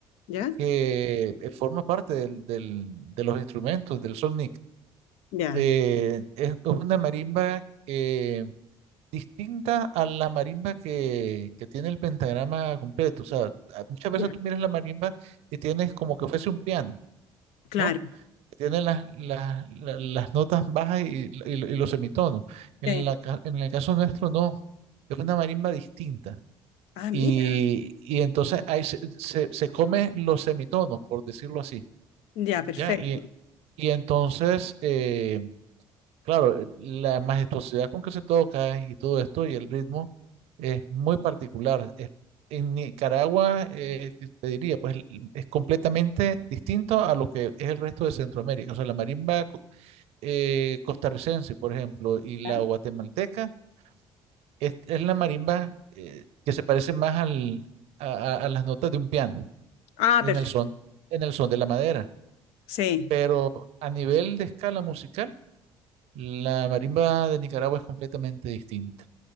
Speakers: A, on the left; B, on the right.
A: ¿ya?
B: que eh, forma parte del- del- de los instrumentos del son
A: Ya,
B: eh, es una marimba eh, distinta a la marimba que, que tiene el pentagrama completo. O sea, a- muchas veces
A: ya,
B: tú miras la marimba y tienes como que fuese un piano,
A: claro.
B: ¿no? Tiene las, las, la- las notas bajas y, y- y los semitonos. En
A: Sí.
B: la, ca- en el caso nuestro, no. Es una marimba distinta.
A: Ah, mira,
B: Y, y entonces ahí se, se, se come los semitonos, por decirlo así.
A: ya, perfecto.
B: ¿Ya? Y, y entonces, eh, Claro, eh, la majestuosidad con que se toca y todo esto y el ritmo es muy particular. Es- en Nicaragua, eh, te diría, pues l- es completamente distinto a lo que es el resto de Centroamérica. O sea, la marimba co- eh, costarricense, por ejemplo, y
A: ¿Ya?
B: la guatemalteca es, es la marimba eh, que se parece más al, a, a- a las notas de un piano,
A: Ah,
B: en
A: perfecto.
B: el son, en el son de la madera.
A: Sí.
B: Pero a nivel de escala musical, la marimba de Nicaragua es completamente distinta.